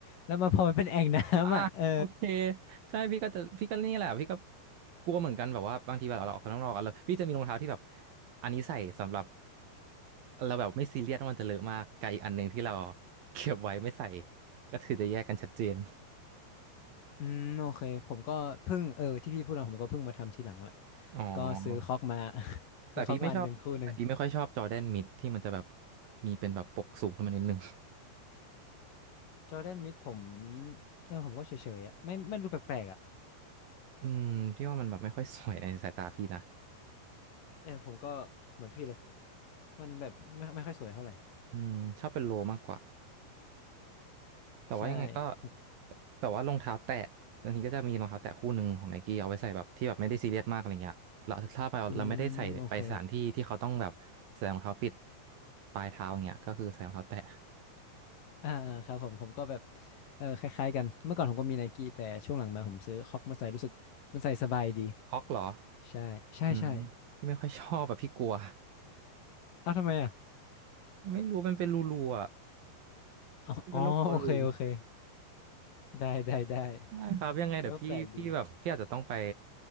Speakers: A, on the left; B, on the right.
A: แล้วมันพอมันเป็นแอ่งน้ำอ่ะ
B: อ่าโอเค
A: <laughs> เออ
B: ใช่พี่ก็จะพี่ก็นี่แหละพี่ก็กลัวเหมือนกันแบบว่าบางทีแบบเราออกข้างนอกกันแล้วพี่จะมีรองเท้าที่แบบอันนี้ใส่สำหรับเราแบบไม่ซีเรียสว่ามันจะเลอะมากกับอีกอันหนึ่งที่เราเก็บไว้ไม่ใส่ก็คือจะแยกกันชัดเจน
A: อืมโอเคผมก็เพิ่งเออที่พี่พูดมาผมก็เพิ่งมาทำทีหลังแหละ
B: อ๋อ
A: ก็ซื้อคอกมา <laughs>
B: แต่พี่ไม่ชอบแต่พี่ไม่ค่อยชอบจอแดนมิดที่มันจะแบบ
A: ซื้อคอกมาหนึ่งคู่หนึ่ง
B: มีเป็นแบบปกสูงขึ้นมานิดนึง
A: จอร์แดนมิดผมเออผมก็เฉยๆอ่ะไม่ไม่รู้แปลกๆอ่ะ
B: อืมพี่ว่ามันแบบไม่ค่อยสวยในสายตาพี่นะ
A: เออผมก็เหมือนพี่เลยมันแบบไม่ไม่ค่อยสวยเท่าไหร่
B: อืมชอบเป็นโลมากกว่า แต่ว่ายังไงก็
A: ใช่ผม
B: แต่ว่ารองเท้าแตะบางทีก็จะมีรองเท้าแตะคู่หนึ่งของไนกี้เอาไว้ใส่แบบที่แบบไม่ได้ซีเรียสมากอะไรเงี้ยเราถ้าเราเราไม่ได้ใส่ไปสถานที่ที่เขาต้องแบบใส่รองเท้าปิด
A: อืมโอเค
B: ปลายเท้าอย่างเงี้ยก็คือใส่รองเท้าแตะ
A: อ่าอ่าครับผมผมก็แบบเออคล้ายๆกันเมื่อก่อนผมก็มีไนกี้แต่ช่วงหลังมาผมซื้อคอกมาใส่รู้สึกมันใส่สบายดี
B: คอกเหรอ
A: ใช่ใช่ใช่
B: อืมพี่ไม่ค่อยชอบแบบพี่กลัว
A: เอ้าวทำไมอ่ะ
B: ไม่รู้มันเป็นรูรูอ่ะ
A: อ๋ออ๋อโอเคโอเค
B: พี่เป็นโรคกลัวรู
A: ได้ได้ได้
B: ได้ครับยังไงเดี๋ยวพี่พี่แบบพี่อาจจะต้องไป
A: เออแปลกดี